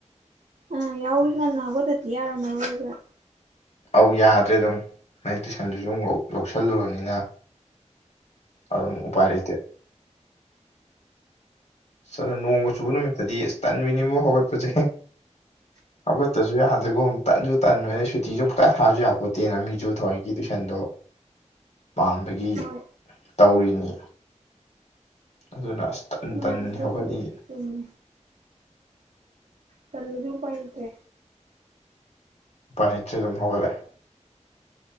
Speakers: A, on the right; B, on the left.
A: ꯑ ꯌꯥꯎꯔꯤꯒ ꯅꯥꯟ ꯑꯒꯗꯗꯤ ꯌꯥꯔ ꯃꯅ ꯑꯣꯏꯔꯤꯒ
B: ꯑꯧ ꯌꯥꯗ꯭ꯔꯦ ꯑꯗꯨꯝ ꯅꯪ ꯇꯨꯏꯁꯟꯗꯨꯁꯨ ꯑꯗꯨ ꯂꯧꯁꯜꯂꯨꯔꯕꯅꯤꯅ ꯑꯗꯨꯝ ꯎꯄꯥꯏ ꯂꯩꯇꯦ ꯁꯅ ꯅꯣꯡꯃ ꯆꯨꯕ ꯅꯨꯃꯤꯠꯇꯗꯤ ꯑꯁ ꯇꯟꯃꯤꯅꯤꯐꯥꯎ ꯍꯧꯒꯠꯄꯁꯦ ꯑꯠꯇꯁꯨ ꯌꯥꯗ꯭ꯔꯒꯨꯝ ꯇꯟꯁꯨ ꯇꯟ ꯑ ꯁꯨꯇꯤꯁꯨ ꯑꯃꯨꯛꯛꯇ ꯊꯥꯁꯨ ꯌꯥꯄꯣꯠꯇꯦꯅ ꯃꯤꯁꯨ ꯊꯋꯥꯏ ꯇꯨꯏꯁꯟ ꯗꯣ ꯄꯥꯟꯕꯒꯤ
A: ꯍꯣꯏ
B: ꯇꯧꯔꯤꯅꯤ ꯑꯗꯨꯅ ꯑꯁꯇꯟ
A: ꯃꯥꯅꯦ
B: ꯇꯟ
A: ꯑꯗꯨꯕꯨꯗꯤ
B: ꯍꯧꯒꯠꯏ
A: ꯆꯨꯝꯃꯦ ꯀꯂꯗꯤꯎ ꯄꯥꯏꯠꯇ꯭ꯔꯦ
B: ꯎꯅꯤꯇ꯭ꯖꯝꯍꯒꯦ